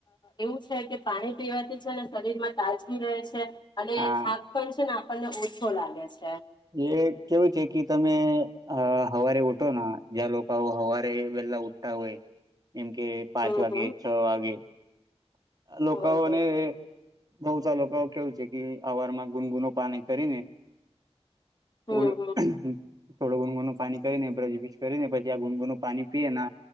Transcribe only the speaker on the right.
હા
એ કેવું છે કે તમે અ હવારે ઉઠો ના જ્યાં લોકો હવારે એવેલા ઉ તાવે એમ કે પાંચ
વાગે
છ વાગે. લોકા
ઓને બઉ ચાલોકો કેવું છે કે અવારમાં ગુનગુનો પાણી કરીને
ઉલ થોડો ગુનગુું પાણી કરીને બ્રજબિશ કરીને પછી આ ગુનગુ નું પાણી પીએ ને